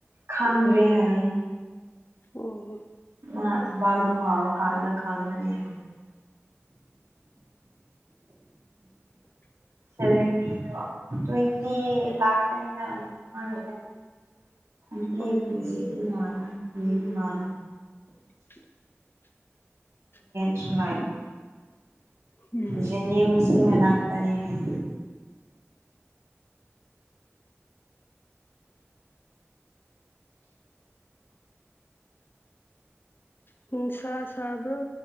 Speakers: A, on the right; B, on the left.
A: ꯈꯪꯗ꯭ꯔꯦ ꯍꯥꯏꯌꯦ꯫
B: ꯑꯣ ꯍꯣ꯫
A: ꯃꯥ <unintelligible> ꯍꯥꯕ ꯀꯥꯟꯅꯗ ꯈꯒꯅꯤ꯫
B: <unintelligible>
A: ꯁꯦꯂꯔꯤꯗꯣ ꯇ꯭ꯋꯦꯟꯇꯤ ꯂꯥꯛ꯫ <unintelligible>
B: ꯑꯣ
A: ꯎꯝ ꯃꯥ
B: <inaudible>
A: ꯁꯨ
B: ꯎꯝ
A: ꯂꯥꯏꯅꯅꯤꯁꯀꯤ ꯃꯅꯥꯇꯅꯤ ꯍꯥꯏ
B: ꯅꯨꯡꯁꯥ ꯁꯥꯕ꯭ꯔꯣ